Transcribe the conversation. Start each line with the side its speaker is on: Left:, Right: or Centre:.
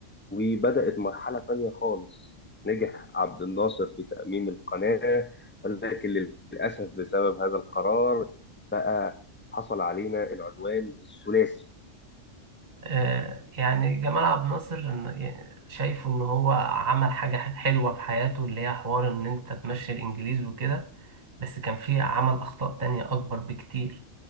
Left: وبدأت مرحلة تانية خالص نجح عبد الناصر في تأميم القناة ولكن للأسف بسبب هذا القرار بقى حصل علينا العدوان الثلاثي
Right: آه، يعني جمال عبد الناصر إن- يعني شايفه ان هو عمل حاجة حلوة في حياته اللي هي حوار ان انت تمشي الانجليز وكده بس كان في عمل اخطاء تانية اكبر بكتير